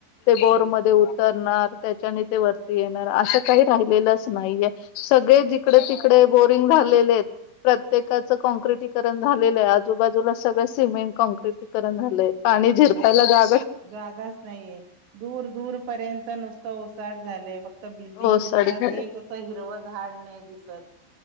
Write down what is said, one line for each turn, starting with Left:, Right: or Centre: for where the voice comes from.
Left: ते बोर मध्ये उतरणार त्याच्याने ते वरती येणार असं काही राहिलेलंच नाहीे सगळे जिकडे तिकडे बोरिंग झालेले आहेत प्रत्येकाच कॉँक्र्रीट ण झाले आहे आजूबाजूला सगळ सिमेंट कॉँक्र्रीट वकरण झालंय पाणी झिरपायला जा
Right: जागाच नाहीये दूर दूर पर्यंत नुसतं ओसाड झालंय फक्त बिल्डिंग
Left: ओसाड
Right: दिसतात
Left: झालं
Right: एक असं हिरव झाड नाही दिसत